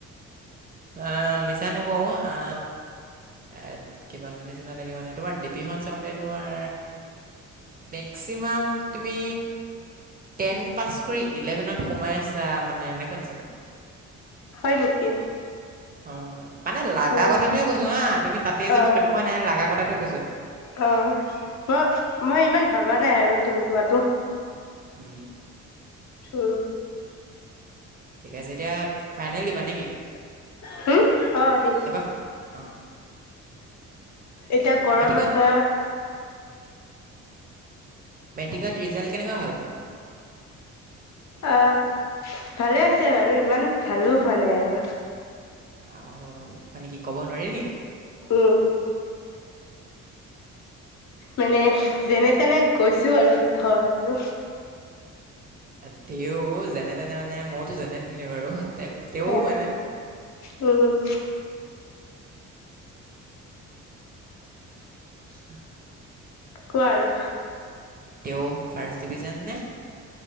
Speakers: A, on the right (about 30°); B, on the left (about 65°).
A: আ মিছা নকৌ আ এত, কিবান নিচিনা লাগে মানে, তোমাৰ ডিপিখন চাওঁতে তোমাৰ মেক্সিমাম তুমি টেন পাছ কৰি ইলেভেনত সোমাই আছাঁ মানে এনেকুৱা নিচিনা।
B: হয় নেকি?
A: অ' মানে লাগা
B: উম
A: কথাটোৱে কৈছোঁ হা। তুমি তাতেই
B: অ
A: যে মই সেটো কোৱা নাই, লাগা কথাটো কৈছোঁ।
B: অ' ম, মই ইমান ভাবা নাই আৰু তুমি কোৱাটো।
A: উ।
B: উ।
A: ঠিকে আছে এতিয়া ফাইনেল দিবা নে কি?
B: হ, অ' দিম।
A: ফা- অঁ
B: এতিয়া গৰম
A: মেট্ৰিকত
B: বন্ধ
A: মেট্ৰিকত ৰিজাল্ট কেনেকুৱা হ'ল?
B: অ' ভালে হৈছে বাৰু, ইমান ভালো হোৱা নাই আৰু।
A: অ' মানে কি ক'ব নোৱাৰি নি?
B: উ। মানে যেনে তেনে গৈছোঁ আৰু ধৰ আৰু।
A: আ তেওঁ যেনে তেনে মানে, মওতো যেনে তেনে বাৰু তে তেওঁ
B: আ,
A: মানে
B: উ।
A: <inaudible>
B: কোৱা আৰু।
A: তেওঁ ফাৰ্ষ্ট ডিভিজন নে?